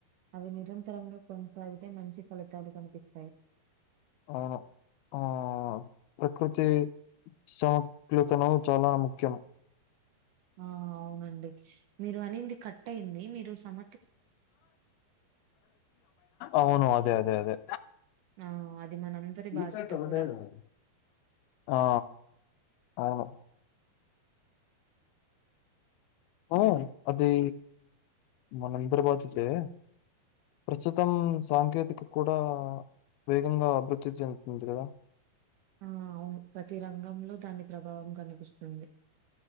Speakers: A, on the right; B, on the left.
A: అవి నిరంతరంగా కొనసాగితే మంచి ఫలితాలు కనిపిస్తాయి
B: అవును ఆ ప్రకృతి సప్లతను చాలా ముఖ్యం.
A: ఆ అవునండి మీరు అనింది కట్ అయింది, మీరు సమ
B: అవును అదే అదే అదే
A: ఆ అది మనందరి
B: ఈస
A: బాధ్యత
B: <unintelligible>
A: కూడా.
B: ఆ అవును ఓ అది మనందరి బాధ్యతే ప్రస్తుతం సాంకేతికత కూడా వేగంగా అభివృద్ధి చెందుతుంది కదా
A: ఆ అవును ప్రతి రంగంలో దాని ప్రభావం కనిపిస్తుంది